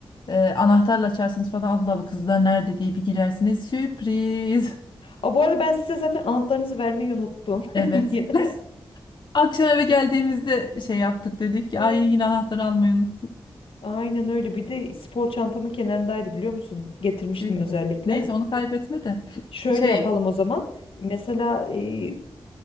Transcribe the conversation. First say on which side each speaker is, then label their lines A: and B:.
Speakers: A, on the left; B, on the left.
A: Ee, anahtarla açarsınız falan Allah Allah kızlar nerede diye bir girersiniz. Sürpriz.
B: Aa, bu arada ben size zaten anahtarınızı vermeyi unuttum.
A: Evet.
B: <laughs> Yine.
A: <laughs> Akşam eve geldiğimizde şey yaptık dedik. ki,
B: Hı.
A: Ay yine anahtarı almayı unuttuk.
B: Aynen öyle. Bir de spor çantamın kenarındaydı biliyor musun? Getirmiştim
A: Tüh.
B: özellikle.
A: Neyse onu kaybetme de.
B: Şöyle
A: Şey
B: yapalım o zaman. Mesela e,